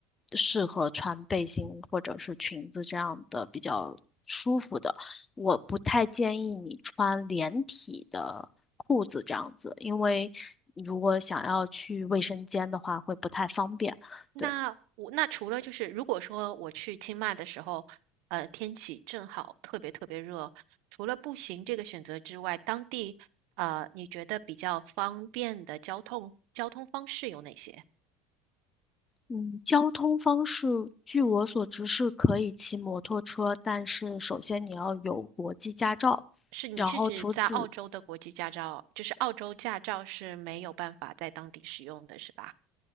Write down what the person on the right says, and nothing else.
那我那除了就是如果说我去清迈的时候，
呃，天气正好特别特别热，除了步行这个选择之外，当地呃，你觉得比较方便的交通交通方式有哪些？
是你是指在澳洲的国际驾照，
就是澳洲驾照是没有办法在当地使用的，是吧？